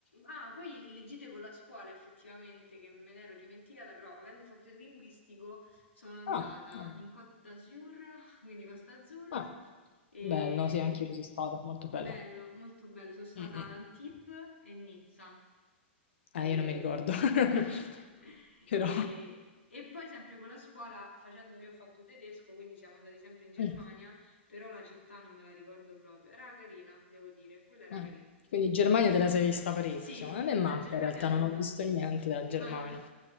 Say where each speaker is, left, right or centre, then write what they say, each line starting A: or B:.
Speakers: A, on the left (about 85°); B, on the left (about 65°).
A: ah, poi le gite con la scuola, effettivamente, che me ne ero dimenticata, però avendo fatto il linguistico sono andata
B: Ah, vabbè.
A: in Côte d'Azur, <laughs> quindi Costa Azzurra,
B: Ah,
A: e
B: bello, sì, anch'io ci so' stata, molto bella.
A: bello, molto bello. Sono stata
B: Mh-mh.
A: ad Antibes e Nizza. E...
B: Eh, io non mi ricordo. <laughs>
A: <laughs>
B: Però
A: e- e poi sempre con la scuola, facendo io ho fatto tedesco, quindi siamo andati sempre in Germania,
B: mh,
A: però la città non me la ricordo proprio. Era carina, devo dire, quella era
B: mh.
A: carina.
B: Quindi Germania te la sei vista parecchio.
A: Sì,
B: A me manca
A: la Germania
B: in realtà,
A: tutta.
B: non ho visto niente della Germania.
A: Eh.